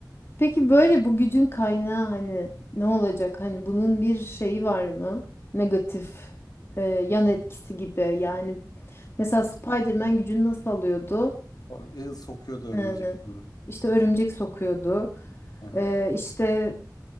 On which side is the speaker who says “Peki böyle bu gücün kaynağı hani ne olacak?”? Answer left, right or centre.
Left